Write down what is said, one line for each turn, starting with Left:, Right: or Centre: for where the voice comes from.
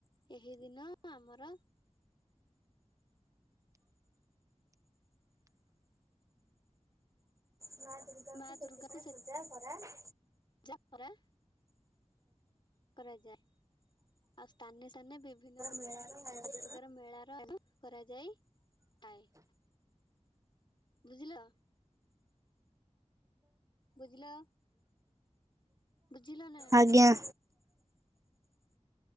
Left: ଏହି ଦିନ ଆମର
Right: ମା ଦୁର୍ଗାଙ୍କୁ
Left: ମା
Right: ସେଥିପାଇଁ
Left: ଦୁର୍ଗାକୁ
Right: ପୂଜା କରା କରାଯାଏ।
Left: ପୂଜା କରା କରାଯାଏ ଆଉ ସ୍ଥାନେ ସ୍ଥାନେ ବିଭିନ୍ନ ପ୍ର
Right: <unintelligible>
Left: ପ୍ରକାର ମେଳା ର <unintelligible> କରାଯାଇଥାଏ ବୁଝିଲ? ବୁଝିଲ? ବୁଝିଲ ନା?
Right: ଆଜ୍ଞା।